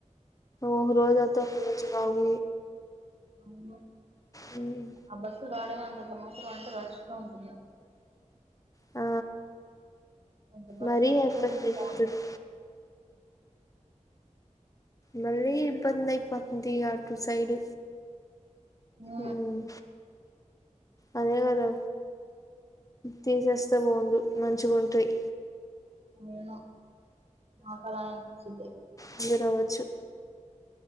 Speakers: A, on the left; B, on the right.
A: ఓక రోజు ఓతావ్ ఒక రోజు రావు
B: అవును
A: హ్మ్.
B: ఆ బస్సులో రావడమే అంతంత మాత్రం అంటే రష్ గా ఉంటుంది
A: ఆ
B: కొంత బస్సులు
A: మరీ
B: ఎక్కువ
A: ఇబ్బంది
B: ఉంటే
A: అయిపోతది
B: బాగుండే
A: మళ్ళీ ఇబ్బంది అయిపోతుంది ఆటు సైడ్
B: మ్
A: ఉమ్ అదే కదా తీసేస్తె బాగుండు మంచిగుంటాయ్
B: అవును మాకు అలానే అనిపిచ్చిద్ది
A: దిగి రావచ్చు